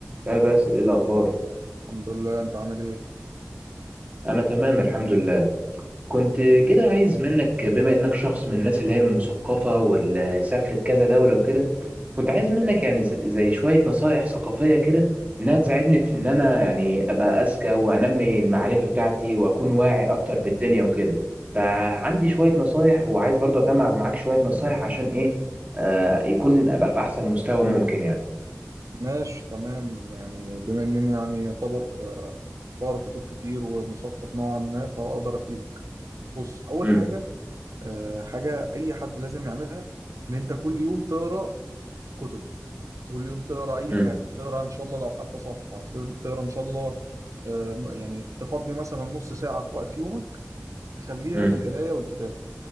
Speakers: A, on the right; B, on the right.
A: يا باسل ايه الاخبار
B: الحمد لله انت عامل ايه
A: انا تمام الحمد لله كنت كده عايز منك بما انك شخص من الناس اللي هي المثقفه واللي سافرت كذا دوله وكده كنت عايز منك يعني ز- زي شويه نصايح ثقافيه كده انها تساعدني في ان انا يعني ابقى اذكى وانمي المعرفه بتاعتي واكون واعي اكتر بالدنيا وكده فعندي شويه نصايح وعايز برضه اجمع معاك شويه نصايح عشان ايه آه يكون ابقى في احسن مستوى ممكن يعني
B: ماشي تمام يعني بما انني يعني يعتبر بقرا كتب كتير ومثقف نوعا ما فاقدر افيدك بص اول
A: امم
B: حاجه آه، حاجه اي حد لازم يعملها ان انت كل يوم تقرا كتب كل يوم تقرا اي
A: امم
B: حاجه تقرا ان شاء الله لو حتى صفحه ت- تقرا ان شاء الله آه، يعني تفضي مثلا نص ساعه في وقت يومك تخليها
A: امم
B: للقرايه والكتابه